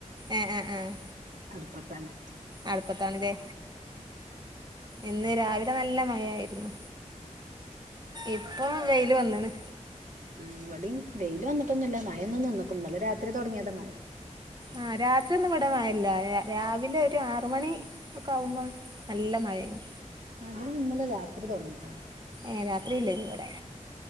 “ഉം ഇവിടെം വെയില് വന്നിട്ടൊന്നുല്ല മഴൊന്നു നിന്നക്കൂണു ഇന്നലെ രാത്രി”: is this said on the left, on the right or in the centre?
Right